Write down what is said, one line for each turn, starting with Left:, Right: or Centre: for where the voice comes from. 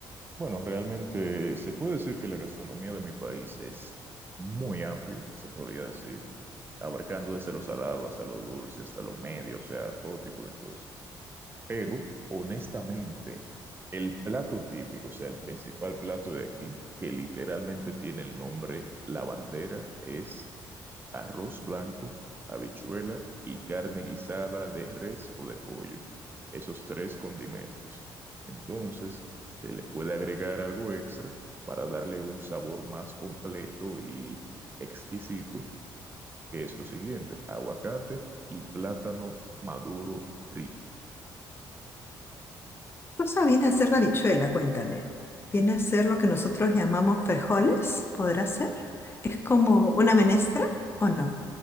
Right: Bueno, realmente se puede decir que la gastronomía de mi país es muy amplia, se podría decir, abarcando desde lo salado hasta lo dulce, hasta lo medio, o sea, todo tipo de cosas. Pero, honestamente, el plato típico, o sea, el principal plato de aquí, que literalmente tiene el nombre la bandera, es arroz blanco, habichuela y carne guisada de res o de pollo. Esos tres condimentos. Entonces, se le puede agregar algo extra para darle un sabor más completo y exquisito, que es lo siguiente, aguacate y plátano maduro frito.
Left: Cosa viene a ser la habichuela, cuéntame. Viene a ser lo que nosotros llamamos frijoles, ¿podrá ser? ¿Es como una menestra o no?